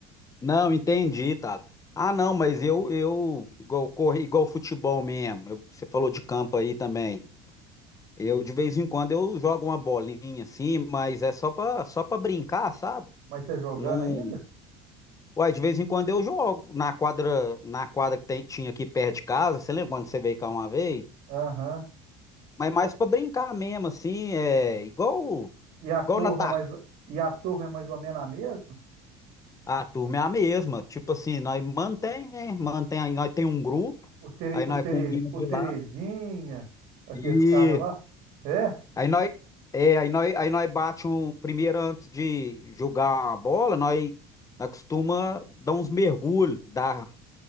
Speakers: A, on the left; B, on the right.
A: Não, entendi, tá. Ah, não, mas eu, eu igual correr, igual futebol mesmo. eu- você falou de campo aí também. Eu, de vez em quando, eu jogo uma bolinha assim, mas é só pra, só para brincar, sabe?
B: Mas tá jogando
A: Não.
B: ainda?
A: Uai, de vez em quando eu jogo na quadra, na quadra que tem- tinha aqui perto de casa, você lembra quando você veio cá uma vez?
B: Aham.
A: Mas mais pra brincar mesmo, assim, é igual,
B: E a turma
A: igual na tá.
B: é mais, e a turma é mais ou menos a mesma?
A: A turma é a mesma, tipo assim, nós mantém, né? Mantém aí, nós tem um grupo,
B: O, Tere,
A: aí
B: o,
A: nós
B: Tere,
A: combina
B: o
A: de
B: Terezinha,
A: lá
B: aqueles
A: e
B: caras lá? É?
A: aí nós é, aí nós, aí nós bate um primeiro antes de jogar a bola, nós, nós costuma dar uns mergulhos, dar